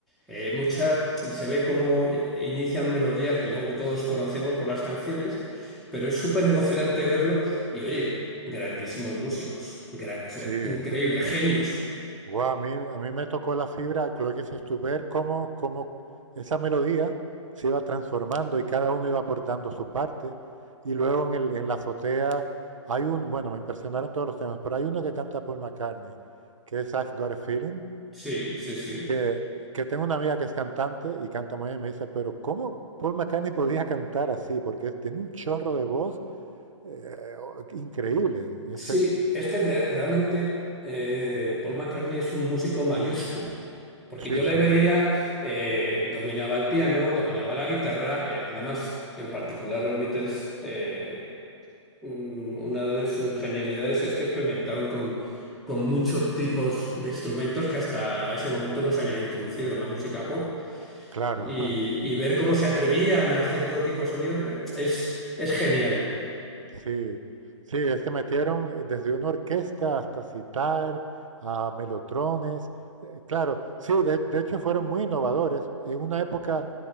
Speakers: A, in the centre; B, on the right.
A: eh, muchas se ve cómo eh, inician melodías que luego todos conocemos por las canciones, pero es súper emocionante verlo y oye, grandísimos músicos, gra- o sea,
B: Sí.
A: increíbles genios.
B: Guau, a mí, a mí me tocó la fibra, lo que dices tú, ver cómo, cómo esa melodía se iba transformando y cada uno iba aportando su parte. Y luego en el, en la azotea hay un, bueno, me impresionaron todos los temas, pero hay uno que canta Paul McCartney, que es I've Got a Feeling,
A: Sí, sí, sí.
B: que, que tengo una amiga que es cantante y canta muy bien, me dice, pero ¿cómo Paul McCartney podía cantar así? Porque tiene un chorro de voz eh, o- increíble. Ese
A: Sí,
B: es,
A: es que de- realmente eh, Paul McCartney es un músico mayúsculo, porque
B: Sí,
A: yo le
B: sí,
A: veía, eh, dominaba el piano, dominaba la guitarra, eh, además, en particular los Beatles, eh, un- una de sus genialidades es que experimentaron con, con muchos tipos de instrumentos que hasta ese momento no se habían introducido en la música pop,
B: claro.
A: y,
B: <laughs>
A: y ver cómo se atrevían a hacer todo tipo de sonidos eh, es, es genial.
B: Sí, sí, es que metieron eh, desde una orquesta hasta citar a melotrones. eh, Claro, sí, de, de hecho fueron muy innovadores. En una época